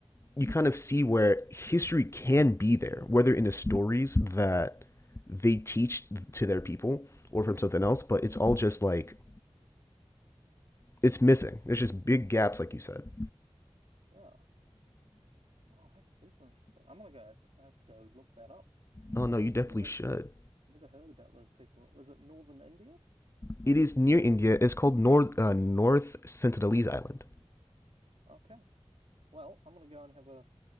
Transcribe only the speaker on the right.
Yeah. Wow, that's super interesting. I'm gonna go I have to, I have to go look that up.
I've never
never heard about those people. Was it Northern India?
Okay. Well, I'm going to go and have a